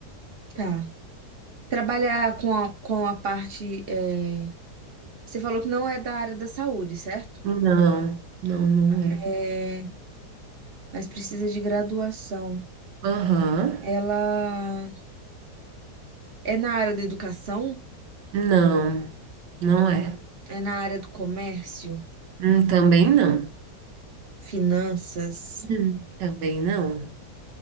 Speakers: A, on the right; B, on the right.
A: Tá. Trabalhar com a, com a parte. é, Você falou que não é da área da saúde, certo?
B: Não, não, não é.
A: É, mas precisa de graduação.
B: Aham,
A: Ela É na área da educação?
B: Não, não é.
A: É na área do comércio?
B: Hum, também não.
A: Finanças?
B: Hum, também não.